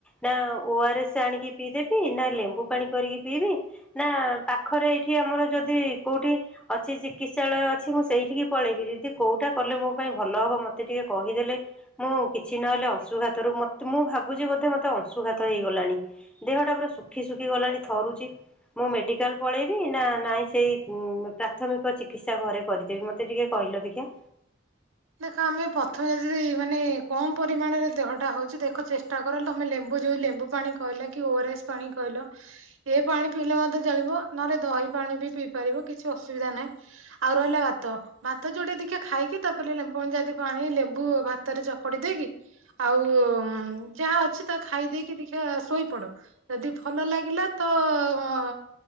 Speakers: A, in the centre; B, on the right.
A: ନା ଓ ଆର ଏସ୍ ଆଣିକି ପିଇଦେବି ନା ଲେମ୍ବୁ ପାଣି କରିକି ପିଇବି ନା ପାଖରେ ଏଇଠି ଆମର ଯଦି କୋଉଠି ଅଛି ଚିକିତ୍ସାଳୟ ଅଛି ମୁଁ ସେଇଠିକି ପଳେଇବି ଦିଦି କୋଉଟା କଲେ ମୋ ପାଇଁ ଭଲ ହବ ମୋତେ ଟିକେ କହିଦେଲେ ମୁଁ କିଛି ନହେଲେ ଅଂଶୁଘାତରୁ ମତ ମୁଁ ଭାବୁଛି ବୋଧେ ମତେ ଅଂଶୁଘାତ ହେଇଗଲାଣି। ଦେହଟା ପୁରା ଶୁଖି ଶୁଖି ଗଲାଣି ଥରୁଚି ମୁ ମେଡି ମେଡିକାଲ ପଳେଇବି ନା ନାଇଁ ସେଇ ପ୍ରାଥମିକ ଚିକିତ୍ସା ଘରେ କରିଦେବି ମତେ ଟିକେ କହିଲ ଦେଖି।
B: ଦେଖ ଆମେ ପ୍ରଥମେ ଯ ଯଦି ମାନେ କମ ପରିମାଣରେ ଦେହଟା ହଉଛି ଦେ ଦେହଟାକୁ ଚେଷ୍ଟା କର ତମେ ଲେମ୍ବୁ ଯୋଉ ଲେମ୍ବୁ ପାଣି କହିଲ କି ଓ ଆରଏସ୍ ପାଣି କହିଲ ଏ ପାଣି ପିଇଲେ ମଧ୍ୟ ଚଳିବ ନହଲେ ଦହି ପାଣି ବି ପିଇ ପାରିବ କିଛି ଅସୁବିଧା ନାହିଁ। ଆଉ ରହିଲା ଭାତ ଭାତ ଯୋଉଟେ ଦେଖେ ଖାଇକି ତା ପ ଲେ ଲେମ୍ବୁ ଯଦି ପାଣି ଲେମ୍ବୁ ଭାତରେ ଚକଟି ଦେଇକି ଆଉ ଯାହା ଅଛି ତା ଖାଇ ଦେଇକି ଦେଖିଆ ଶୋଇପଡ଼। ଯଦି ଭଲ ଲାଗିଲା ତ ଅ